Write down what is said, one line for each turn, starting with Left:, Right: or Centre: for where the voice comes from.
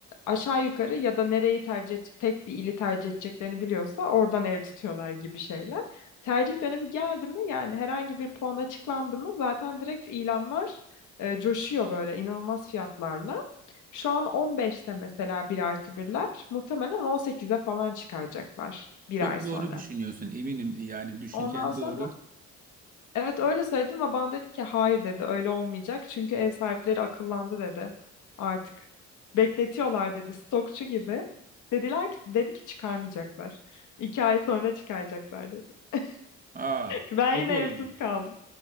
Left: aşağı yukarı ya da nereyi tercih et- tek bir ili tercih edeceklerini biliyorsa oradan ev tutuyorlar gibi şeyler. Tercih dönemi geldi mi yani herhangi bir puan açıklandı mı zaten direkt ilanlar e, coşuyor böyle inanılmaz fiyatlarla. Şu an 15'te mesela bir artı birler. muhtemelen 18'e falan çıkaracaklar bir
Right: Çok
Left: ay sonra.
Right: doğru düşünüyorsun. Eminim e, yani düşüncen
Left: Ondan sonra
Right: doğru.
Left: Evet öyle söyledim ve bana dedi ki hayır dedi öyle olmayacak. Çünkü ev sahipleri akıllandı dedi. Artık bekletiyorlar dedi stokçu gibi. Dediler ki dedi ki çıkarmayacaklar. İki ay sonra çıkaracaklar dedi. <laughs>
Right: Aa,
Left: Ben
Right: o
Left: yine
Right: da olabilir.
Left: evsiz kaldım.